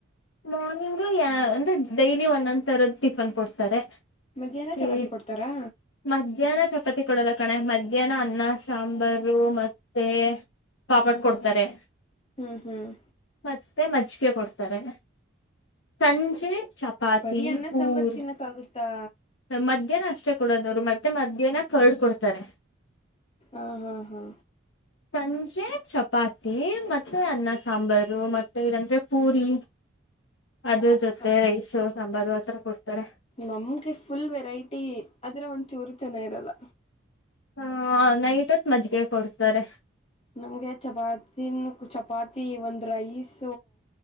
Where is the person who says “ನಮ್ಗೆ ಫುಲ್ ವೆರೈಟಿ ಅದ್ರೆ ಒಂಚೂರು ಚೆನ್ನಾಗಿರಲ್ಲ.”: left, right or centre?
Left